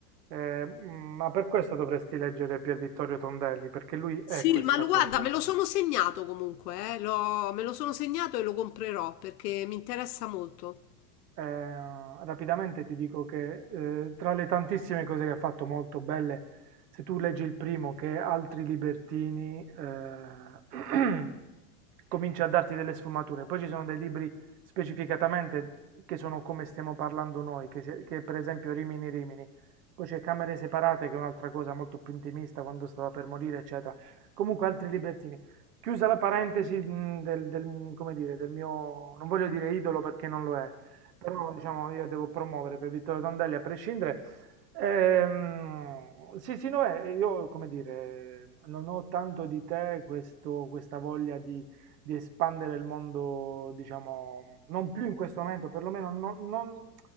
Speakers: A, on the right; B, on the left.
A: Eh, mm, ma per questo dovresti leggere Pier Vittorio Tondelli, perché lui è
B: Sì,
A: questa
B: ma lo guarda,
A: cosa.
B: me lo sono segnato comunque, eh, l'ho- me lo sono segnato e lo comprerò perché mi interessa molto.
A: Ehm, rapidamente ti dico che eh, tra le tantissime cose che ha fatto molto belle, se tu leggi il primo che è Altri Libertini, eh, <clears throat> comincia a darti delle sfumature. Poi ci sono dei libri specificatamente che sono come stiamo parlando noi, che, se- che per esempio Rimini Rimini. Poi c'è Camere Separate, che è un'altra cosa molto più intimista, quando stava per morire, eccetera. Comunque, Altri Libertini. Chiusa la parentesi mh, del, del- come dire, del mio, non voglio dire idolo perché non lo è, però diciamo io devo promuovere per Vittorio Tondelli a prescindere. Ehm, sì, sì, no, eh, io come dire, non ho tanto di te questo- questa voglia di, di espandere il mondo, diciamo, non più in questo momento, perlomeno non, non-